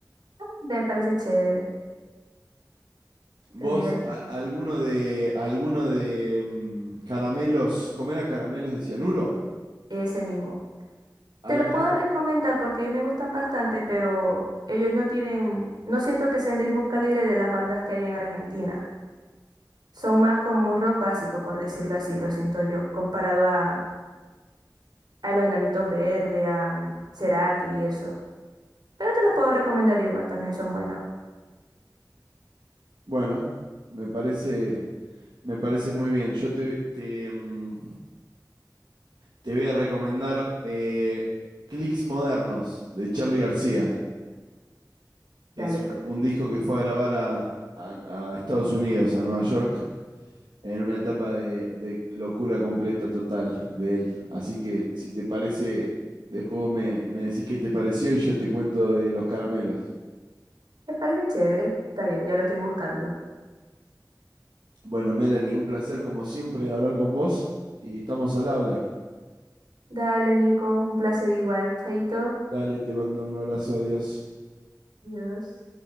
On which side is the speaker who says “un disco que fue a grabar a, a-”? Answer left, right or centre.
Right